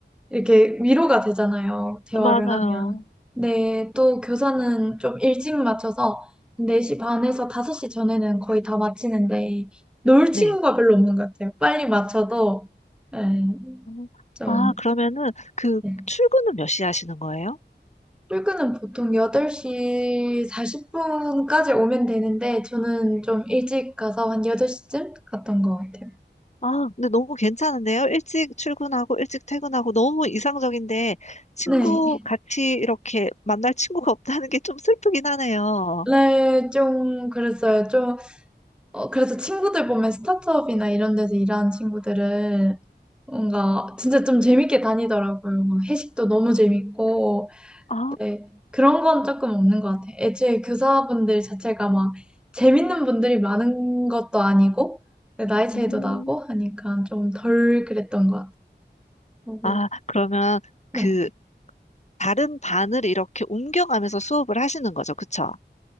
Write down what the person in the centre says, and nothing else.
이렇게 위로가 되잖아요. 대화를
하면. 네, 또 교사는 좀 일찍 맞춰서 4시 반에서 5시 전에는 거의 다 마치는데, 놀
친구가 별로 없는 것 같아요. 빨리 맞춰도, 에,
좀.
네.
출근은 보통 8시 40분까지 오면 되는데, 저는 좀 일찍 가서 한 8시쯤 갔던 것 같아요.
네.
네, 좀 그랬어요. 좀, 어, 그래서 친구들 보면 스타트업이나 이런 데서 일하는 친구들은 뭔가 진짜 좀 재밌게 다니더라고요. 뭐 회식도 너무 재밌고,
네, 그런 건 조금 없는 것 같아요. 애초에 교사분들 자체가 막 재밌는 분들이 많은 것도 아니고, 네, 나이 차이도
나고 하니까 좀 덜 그랬던 것 같아요. 그리고,
네.